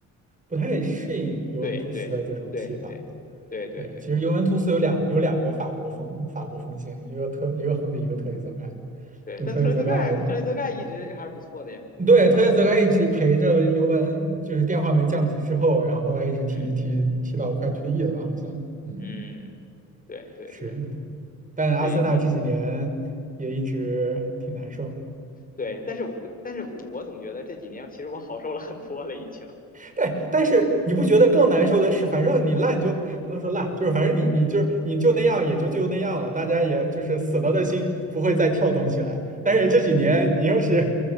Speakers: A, on the right (about 25°); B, on the left (about 30°).
A: 不太适应尤文图斯的这种踢法，
B: 对对对对对对对
A: 对，其实尤文图斯有两有两个法国锋法国锋线，一个特一个亨利，一个特雷泽盖。
B: 对，
A: 对，
B: 但特雷泽盖特雷泽盖一直还是不错的呀。
A: 特雷泽盖，对，特雷泽盖一直陪着尤文，
B: 啊，他
A: 就是电话门降级之后，
B: 嗯
A: 然后后来一直踢踢踢到快退役了吧，
B: 嗯
A: 好像，嗯，
B: 嗯，对对对，
A: 是。但阿森纳这几年也一直挺难受，
B: 所以可能对，但是我但是我总觉得这几年其实我好受了很多了，已经。
A: 但但是你不觉得更难受的是，反正你烂就，哎，不能说烂，就是反正你你就是你就那样，
B: 嗯
A: 也就就那样了，大家也就是死了的心不会再跳动起来。但是这几年你又是